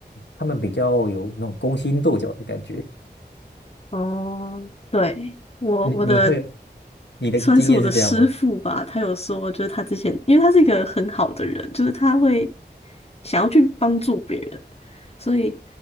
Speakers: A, on the left; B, on the left.
A: 他们比较有那种勾心斗角的感觉。
B: 哦，对，我我的
A: 你你会你的经验是这样吗？
B: 算是我的师傅吧，他有说，就是他之前，因为他是一个很好的人，就是他会想要去帮助别人，所以